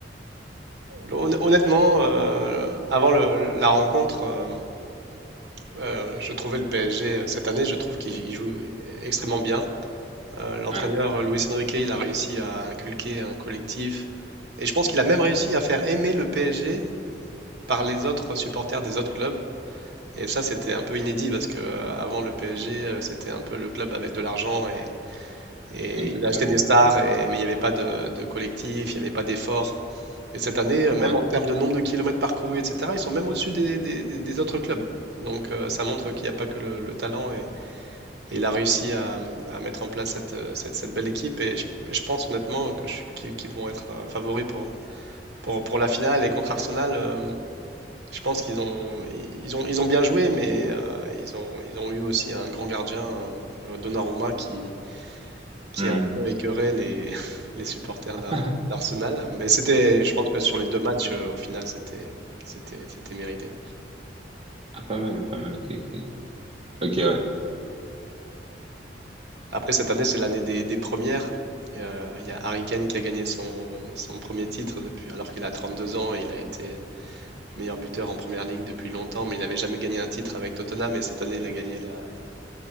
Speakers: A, on the right; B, on the right.
A: Hon- Honnêtement, euh, avant le- la rencontre, euh, euh, je trouvais le PSG euh, cette année, je trouve qu'il il joue extrêmement bien. Euh, l'entraîneur
B: Ouais,
A: euh, Luis Enrique, il a réussi à inculquer un collectif et je pense qu'il a même réussi à faire aimer le PSG par les autres supporters des autres clubs. Et ça, c'était un peu inédit parce que euh, avant le PSG, euh, c'était un peu le club avec de l'argent et, et
B: exactement.
A: ils achetaient des stars,
B: Ouais.
A: et, mais il n'y avait pas de, de collectif, il n'y avait pas d'effort. Et cette année, euh, même
B: Ouais.
A: en termes de nombre de kilomètres parcourus, etc., ils sont même au-dessus des, des- des- des autres clubs. Donc euh, ça montre qu'il n'y a pas que le, le talent et, et il a réussi à, à mettre en place cette, euh, cette- cette belle équipe et je, et je pense honnêtement que je- qu'ils qu'ils vont être euh, favoris pour, pour, pour la finale et contre Arsenal, euh, je pense qu'ils ont, ils ils ont, ils ont bien joué mais euh, ils ont, ils ont eu aussi un grand gardien, euh, Donnarumma, qui, qui
B: Hmm.
A: a un peu écœuré les, <laughs> les supporters d'Ar-
B: Ouais.
A: d'Arsenal. Mais c'était, je pense que sur les deux matchs, euh, au final, c'était, c'était, c'était mérité.
B: Ah, pas mal, pas mal, ok, ok. Ok, ouais.
A: Après, cette année, c'est l'année des, des premières. Euh, Il y a Harry Kane qui a gagné son, son premier titre depuis, alors qu'il a 32 ans et il a été meilleur buteur en première ligue depuis longtemps, mais il n'avait jamais gagné un titre avec Tottenham. Et cette année, il a gagné la-